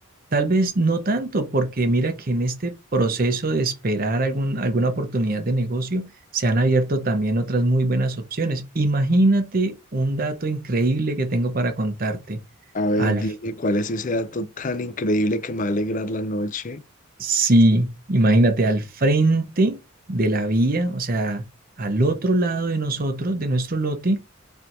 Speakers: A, on the right; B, on the left.
A: tal vez no tanto, porque mira que en este proceso de esperar algún, alguna oportunidad de negocio, se han abierto también otras muy buenas opciones. Imagínate un dato increíble que tengo para contarte.
B: A ver,
A: Al
B: dime cuál es ese dato tan increíble que me va a alegrar la noche.
A: Sí, imagínate, al frente de la vía, o sea, al otro lado de nosotros, de nuestro lote,